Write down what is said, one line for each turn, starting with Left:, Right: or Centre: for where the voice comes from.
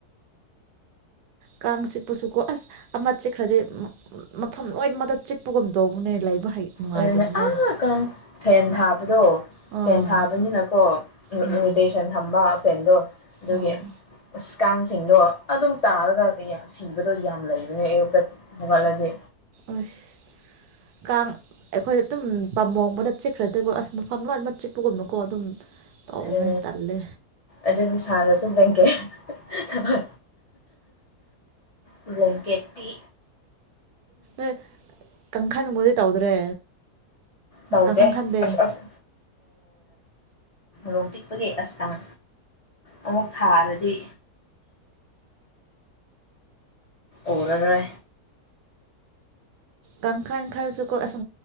Right: ꯀꯥꯡ ꯆꯤꯛꯄꯁꯨ ꯀꯣ ꯑꯁ ꯑꯃ ꯆꯤꯛꯈ꯭ꯔꯗꯤꯦ ꯃꯐꯝ ꯂꯣꯏꯅꯃꯗ ꯆꯤꯛꯄꯒꯨꯝ ꯇꯧꯕꯅꯦ ꯂꯩꯕ ꯍꯩ ꯅꯨꯡꯉꯥꯏꯇꯕꯅꯦ
Left: ꯑꯗꯨꯅ ꯑꯥꯀ ꯐꯦꯟ ꯊꯥꯕꯗꯣ
Right: ꯑꯥ
Left: ꯐꯦꯟ ꯊꯥꯕꯅꯤꯅꯀꯣ
Right: ꯎꯝ
Left: ꯔꯣꯇꯦꯁꯟ ꯊꯝꯕ ꯄꯦꯟꯗꯣ ꯑꯗꯨꯒꯤ
Right: ꯑꯥ
Left: ꯀꯥꯡꯁꯤꯡꯗꯣ ꯑꯗꯨꯝ ꯇꯥꯔꯒ ꯁꯤꯕꯗꯣ ꯌꯥꯝ ꯂꯩꯕꯅꯦ ꯑꯌꯨꯛꯇ ꯍꯧꯣꯡꯒꯠꯂꯗꯤ
Right: ꯑꯁ ꯀꯥꯡ ꯑꯩꯈꯣꯏ ꯑꯗꯨꯝ ꯄꯥꯝꯕꯣꯕꯗ ꯆꯤꯛꯈ꯭ꯔꯗꯀꯣ ꯑꯁ ꯃꯐꯝ ꯂꯣꯏꯃꯛ ꯆꯤꯛꯄꯒꯨꯝꯅꯨꯀꯣ ꯑꯗꯨꯝ ꯇꯧꯕꯅꯦ
Left: ꯎ
Right: ꯇꯜꯂꯦ
Left: ꯑꯗꯨꯗꯤ ꯁꯥꯔꯁꯦ ꯗꯦꯡꯦ ꯊꯃ ꯕ꯭ꯂꯀꯦꯠ ꯠꯇꯤ
Right: ꯣꯏ ꯀꯪꯈꯥ ꯅ ꯃ ꯇꯧꯗ꯭ꯔꯦ
Left: ꯇꯧꯗꯦ
Right: ꯀꯥꯡꯈꯟ ꯈꯟꯗꯦ
Left: ꯑꯁ ꯑꯁ ꯔꯣꯝ ꯄꯤꯛꯄꯒꯤ ꯑꯁꯇꯪ ꯑꯃꯨꯛ ꯊꯥꯔꯗꯤ ꯑꯣꯔ
Right: ꯀꯥꯡꯈꯜ ꯈꯔꯁꯨꯀꯣ ꯑꯁ